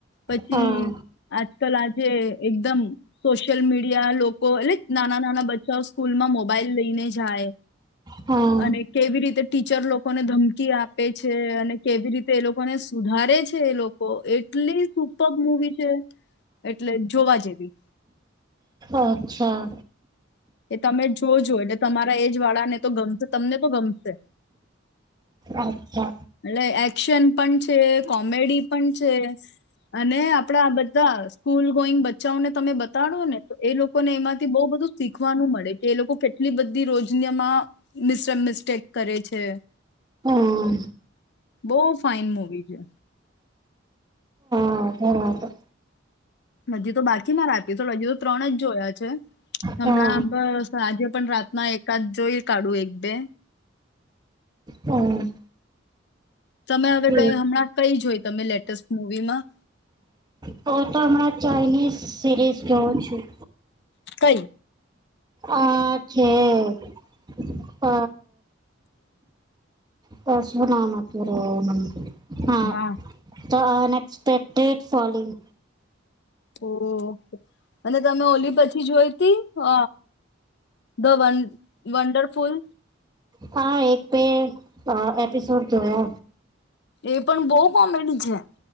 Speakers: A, on the left (about 60°); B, on the right (about 20°).
A: પછી
B: હા
A: આજ કલ આજે એકદમ સોશિયલ મીડિયા લોકો એટલે જે નાના નાના બચ્ચા સ્કૂલમાં મોબાઈલ લઈને જાય
B: હા
A: અને કેવી રીતે ટીચર લોકો લોકોને ધમકી આપે છે અને કેવી રીતે એ લોકોને સુધારે છે એ લોકો એટલી સુપર મુવી છે એટલે જોવા જેવી
B: અચ્છા
A: એ તમે જોજો એટલે તમારા એજ વાળા ને તો ગમશે તમને તો ગમશે
B: અચછા
A: એટલે એક્શન પણ છે કોમેડી પણ છે અને આપડા બધા સ્કૂલ ગોઈંગ બચ્ચાઓને તમે બતાડો ને તો એ લોકોને એમાંથી બહુ બધું શીખવાનું મળે કે એ લોકો કેટલી બધી રોજનીમાં મિ મિસ્ટેક કરે છે
B: હમ
A: બહ ફાાઈન મુવી છે
B: હા
A: હજી તો બાકી માંરા હજી સુધી તો ત્રણ જ જોયા છે હમણાં
B: હા
A: બસ આંજે પણ રાતના એકાદ જોઈ કાઢું એક બે
B: હું
A: તમે હવે
B: તો
A: ક હમણાં કઈ જોય તમે લેટેસ્ટ મુવીમાં
B: તો તો હમણાં ચાલીશ સીરીઝ જોઉં છું
A: કઈ
B: આ છે હ પસ નામ આપિયો રહે હા
A: વાહ
B: ત નેજ કે ડેટ સોલિંગ
A: ઓકે અને તમે ઓલી પછી જોઈ ત હ ધ વ વંડરફુલ
B: હા એક બે અ એપિસોડ જોય
A: એ પણ બહુ કોમેડી છે